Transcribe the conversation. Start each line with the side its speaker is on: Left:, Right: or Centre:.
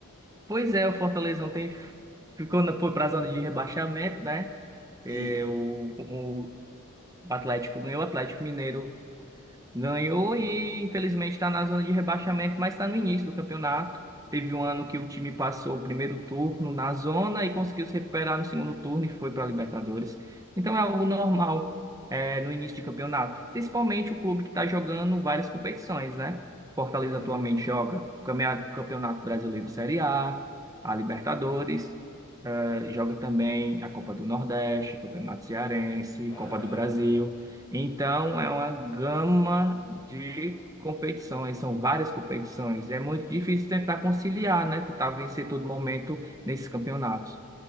Right: Pois é, o Fortaleza ontem ficou na, foi para a zona de rebaixamento, né? É,
Left: Ih,
Right: o, o Atlético ganhou, o Atlético Mineiro Ganhou e infelizmente está na zona de rebaixamento, mas está no início do campeonato. Teve um ano que o time passou o primeiro turno na zona e conseguiu se recuperar no segundo turno e foi para a Libertadores. Então é algo normal é, no início de campeonato, principalmente o clube que está jogando várias competições, né? Fortaleza
Left: uhum.
Right: atualmente joga o camea- Campeonato Brasileiro Série A, a Libertadores, eh, joga também a Copa do Nordeste, Campeonato Cearense,
Left: Ah,
Right: Copa do Brasil. Então, é uma gama de competições, são várias competições. É muito difícil tentar conciliar, né? Tentar vencer todo momento nesses campeonatos.